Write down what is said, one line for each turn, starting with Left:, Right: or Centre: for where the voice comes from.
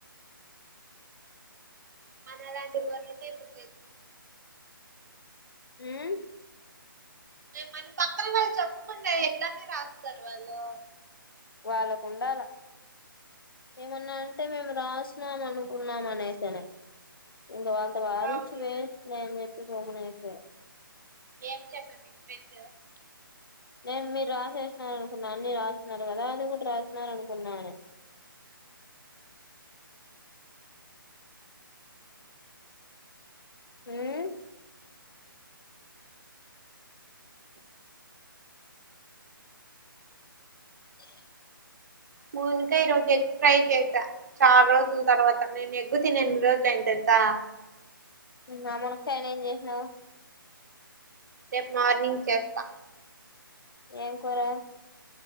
Right: మనలాంటి గోర్లకే ఇప్పుడు తెలిసింది
Left: హ్మ్మ్
Right: ఎ మన పక్కన వాళ్ళు చెప్పకుంటె ఇట్లానే రాస్తారు వాళ్ళు
Left: వాళ్ళకుండాల ఏమన్నా అంటే మేము రాస్తున్నాం అనుకున్నాం అనేసేనే ఇంకా వాళ్ళతో వాదిచ్చి
Right: అవును నేను
Left: వెయిస్టేలే అని చెప్పి గమ్మున అయిపోయా
Right: ఏం చెప్పింది మీ ఫ్రెండు
Left: నేను మీరు రాశేసినారు అనుకున్నాను అన్ని రాస్తున్నారు కదా అది కూడా రాష్న్నారు అనుకున్నాను <inaudible> హ్మ్మ్ <inaudible>
Right: మోనికా ఈ రోజు ఎగ్ ఫ్రై చేసా చాలా రోజుల తర్వాత నేను ఎగ్గు తినీ ఎన్ని రోజులు అయింది తెలుస తా
Left: నిన్న ఆ మునక్కయను ఏం చేసినవ్
Right: రేపు మార్నింగ్ చేస్తా
Left: ఏం కూర